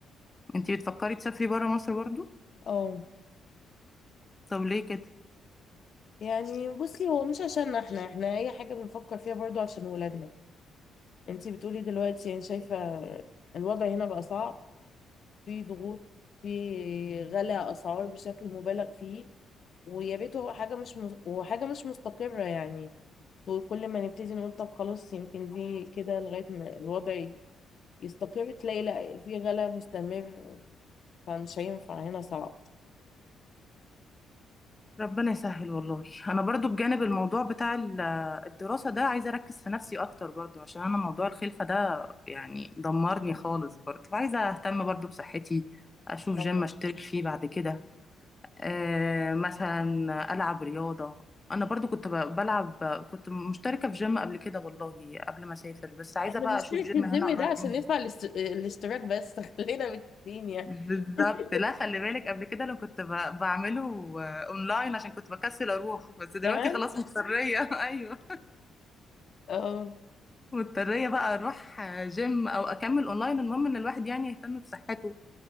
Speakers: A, on the left (about 20°); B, on the left (about 55°).
A: انتي بتفكري تسافري برا مصر برضو
B: اه
A: طب ليه كده
B: يعني بصي هو مش عشان احنا احنا أي حاجة بنفكر فيها برضو عشان ولادنا انتي بتقولي دلوقتي يعني شايفة الوضع هنا بقى صعب في ضغوط في غلاء أسعار بشكل مبالغ فيه ويا ريت هو حاجة مش مز... وحاجة مش مستقرة يعني وكل ما نبتدي نقول طب خلاص يمكن دي كده لغاية ما الوضع يستقر تلاقي لا في غلا مستمر فمش هينفع هنا صعب
A: ربنا يسهل والله انا برضو بجانب الموضوع بتاع ال- الدراسة ده عايزة اركز في نفسي اكتر برضو عشان انا موضوع الخلفة ده يعني دمرني خالص برضو فعايزة اهتم برضو بصحتي اشوف جيم
B: اه
A: اشترك فيه بعد كده أه مثلا العب رياضة انا برضو كنت ب- بلعب كنت مشتركة في جيم قبل كده والله قبل ما اسافر بس عايزة
B: احنا
A: بقى
B: بنشترك
A: اشوف جيم
B: في الجيم
A: هنا قريب
B: ده عشان
A: مني
B: ندفع الاست- الاشتراك بس <laughs> خلينا بالتين يعني
A: بالظبط
B: <laughs>
A: لا خلي بالك قبل كده لو كنت ب- بعمله آه، اونلاين عشان كنت بكسل اروح بس دلوقتي
B: كمان
A: خلاص مضطريه <laughs> ايوه
B: اه
A: مضطريه بقى اروح آه، جيم او اكمل اونلاين المهم ان الواحد يعني يهتم بصحته